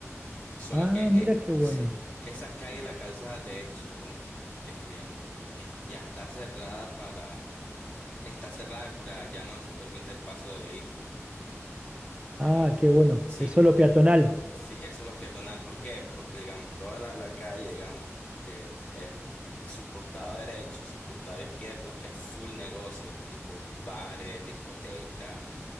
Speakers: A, on the left; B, on the right.
A: Solo
B: Ah,
A: que, eh,
B: mira qué bueno.
A: sí, esa calle La Calzada, de hecho, eh, es- ya está cerrada para, está cerrada, para ya no se permite el paso de vehículos. Pero
B: Ah, qué bueno.
A: sí,
B: Es solo
A: porque
B: peatonal.
A: Sí, eso es lo peatonal. ¿Por qué? Porque, digamos, toda la, la calle, digamos, de el, eh, su costado derecho y su costado izquierdo es full negocios, tipo bares, discotecas.